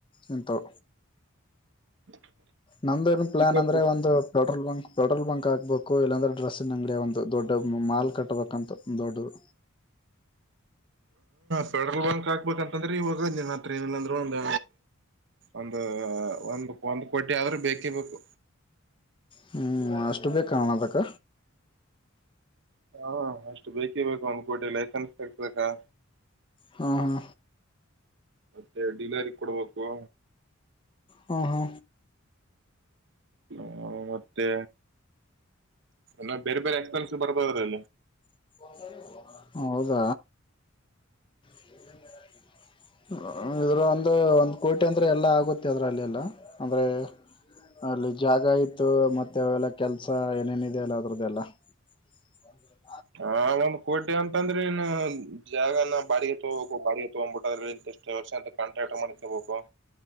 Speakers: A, on the left (about 25°); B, on the right (about 60°).
A: ಇಂಥಾವ
B: <inaudible>
A: ನಮ್ದ ಏನ್ ಪ್ಲಾನ್
B: ಚಿಕ್ಕ
A: ಅಂದ್ರೆ
B: ಪುಟ್ಟ
A: ಒಂದು ಪೆಟ್ರೋಲ್ ಬಂಕ್ ಪೆಟ್ರೋಲ್ ಬಂಕ್ ಹಾಕ್ಬೇಕು ಇಲ್ಲಂದ್ರೆ ಡ್ರೆಸ್ಸಿನ ಅಂಗಡಿ ಒಂದು ದೊಡ್ಡ ಮಾಲ್ ಕಟ್ಟಬೇಕಂತ ದೊಡ್ಡದು
B: ಪೆಡ್ರೋಲ್ ಬಂಕ್ ಹಾಕ್ಬೇಕಂತಂದ್ರೆ ಈವ ಹೋಗಾದ್ನ್ ಹತ್ರ ಏನಿಲ್ಲಂದ್ರರು ಒಂದ ಒಂದು ಒಂದು ಒಂದ್ ಕೋಟಿ ಆದ್ರೂ ಬೇಕೇ ಬೇಕು
A: ಹ್ಞೂ ಅಷ್ಟು ಬೇಕಣ್ಣಾ ಅದಕ್ಕ
B: ಹಾ ಅಷ್ಟು ಬೇಕಿ ಬೇಕು ಒಂದ್ ಕೋಟಿ ಲೈಸೆನ್ಸ್ ತಕ್ಬೇಕಾ
A: ಹಾ ಹಾ
B: ಮತ್ತೆ ಡಿಲರಿ ಕೊಡ್ಬೇಕು
A: ಹ ಹಾ
B: ಹ್ಮ ಮತ್ತೆ ನ ಬೇರೆ ಬೇರೆ ಎಕ್ಸ್ಪೆನ್ಸ್ ಬರ್ಬೋದರೀ ಅಲ್ಲಿ
A: <unintelligible> ಹೌದಾ <unintelligible> ಇದರ ಒಂದು ಒಂದು ಕೋಟಿ ಅಂದರೆ ಎಲ್ಲ ಆಗುತ್ತೆ ಅದರಲ್ಲೆಲ್ಲಾ ಅಂದರೆ ಅಲ್ಲಿ ಜಾಗ ಇತ್ತು ಮತ್ತೆ ಅವೆಲ್ಲ ಕೆಲ್ಸ ಏನೇನಿದೆ ಅಲ್ಲ ಅದ್ರದ್ದೆಲ್ಲಾ <unintelligible>
B: ಹಾ ಒಂದ್ ಕೋಟಿ ಅಂತಂದ್ರೆ ಇನ್ ಜಾಗನ ಬಾಡಿಗೆ ತಗೋಬೇಕು ಬಾಡಿಗೆ ತಗೊಬಿಟ್ಟದ್ರೆ ಎಷ್ಟು ವರ್ಷ ಅಂತ ಕಾಂಟ್ರಾಕ್ಟ್ ಮಾಡ್ಕೊಬೇಕು